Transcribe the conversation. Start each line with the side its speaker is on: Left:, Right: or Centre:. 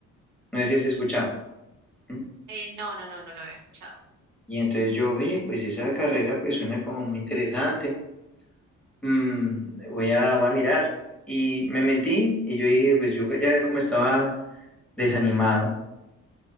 Centre: No sé si has escuchado. ¿Mm?
Right: Eh, no, no, no, no lo había escuchado.
Centre: Y entonces yo, ve, pues esa carrera pues suena como muy interesante. Mm, voy a, voy a mirar. Y me metí y yo dije, pues yo ya como estaba desanimado,